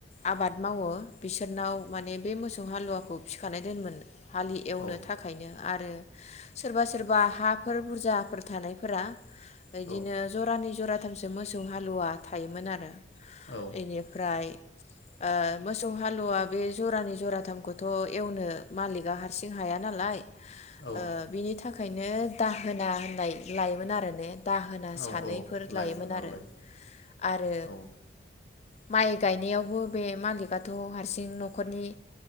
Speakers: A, on the left (about 35°); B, on the left (about 65°).
A: आबाद मावो बिसोरनाव माने बे मोसौ हालुवाखौ फिखानाय दोनोमोन हालि एवनो
B: औ
A: थाखायनो आरो सोरबा सोरबा हाफोर बुरजाफोर थानायफोरा इदिनो
B: औ
A: जरानै जरा मोसौ हालुवा थायोमोन आरो
B: औ
A: इनिफ्राय ओ मोसौ हालुवा बे जरानि जराथामखौथ' एवनो मालिकआ हारसिं हाया नालाय ओ
B: औ
A: बिनि थाखाय ओंखायनो दाहोना होननाय लायोमोन आरो ने दाहोना सानैफोर
B: औ औ
A: लायो
B: लायोमोन
A: जानो
B: औ लायो
A: आरो
B: औ
A: माइ गायनायावबो बे मालिकआथ' हारसिं न'खरनि